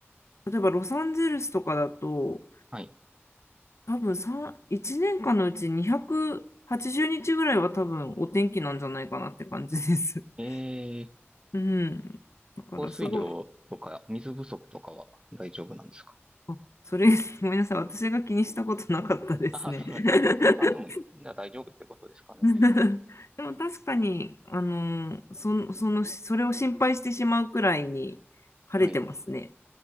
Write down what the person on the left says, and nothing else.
例えばロサンゼルスとかだと、
多分3、1年間のうち280日ぐらいは多分お天気なんじゃないかなって感じです。
<laughs> うん。だからすごい。
あ、それ、<laughs> ごめんなさい。私が気にしたことなかったですね。
<laughs>
<laughs> でも確かに、あの、そ、その、それを心配してしまうくらいに晴れてますね。